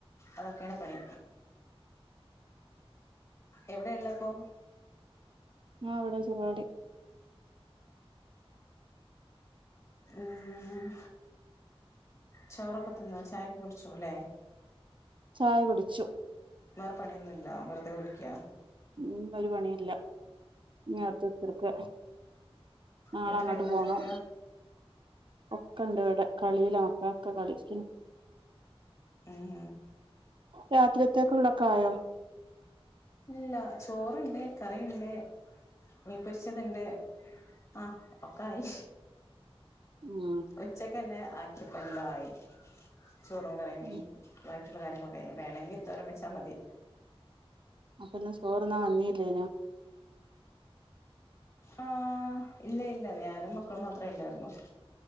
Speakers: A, on the left (about 30°); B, on the right (about 55°).
A: അതൊക്കെയാണ് പണി എവിടെയൊള്ളെപ്പോ
B: ഞാ ഇവടെ ചെറുവാടി
A: ഉം ചോറൊക്കെ തിന്നോ ചായക്കെ കുടിച്ചുലേ
B: ചായ കുടിച്ചു
A: വേറെ പണിയൊന്നുവില്ല വെറുതെ ഇരിക്കാ
B: ഉം ഒരു പണിയില്ല നേരത്തെ തീർക്കേ നാളെ
A: വീട്ടിലെല്ലാവരൊക്കെ
B: അങ്ങാട്ട് പോണം ഒക്കണ്ട് ഇവടെ കളിയിലാ മക്കളൊക്കെ കളി <unintelligible>
A: ഉം
B: രാത്രിയത്തേക്ക്ള്ളൊക്കെ ആയോ
A: ഇല്ല ചോറ്ണ്ട്, കറിണ്ട്. മീൻപൊര്ച്ചത്ണ്ട് ആഹ് ഒക്കായി.
B: ഉം
A: ഉച്ചക്കന്നെ ആക്കിയപ്പോ എല്ലോം ആയി ചോറും കറിയും.
B: ഉം
A: വാക്കിള്ള കാര്യങ്ങളൊക്കെ ആയി വേണങ്കി തോരം വെച്ചാ മതി.
B: അപ്പോ ഇന്ന് ചോറ്ന്നാ വന്നില്ലേനോ?
A: ആഹ് ഇല്ല ഇല്ല ഞാനും മക്കളും മാത്രേം ഇല്ലാര്ന്നു